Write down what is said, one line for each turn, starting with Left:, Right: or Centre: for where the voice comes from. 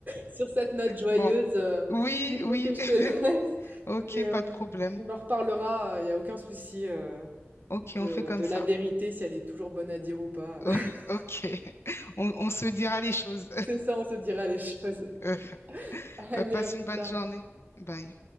Right: Sur cette note joyeuse,
Left: Bon.
Right: euh,
Left: Oui,
Right: il faut
Left: oui.
Right: que je
Left: <laughs>
Right: te <laughs> laisse,
Left: OK,
Right: mais
Left: pas
Right: euh,
Left: de problème.
Right: on en reparlera, euh, il n'y a aucun souci euh,
Left: OK,
Right: de,
Left: on fait comme
Right: de la
Left: ça.
Right: vérité, si elle est toujours bonne à dire ou pas.
Left: <laughs>
Right: <laughs>
Left: OK. On, on se dira les choses.
Right: C'est ça, on se dira les choses. <laughs>
Left: <laughs>
Right: Allez,
Left: Bah, passe
Right: à plus
Left: une bonne
Right: tard.
Left: journée. Bye.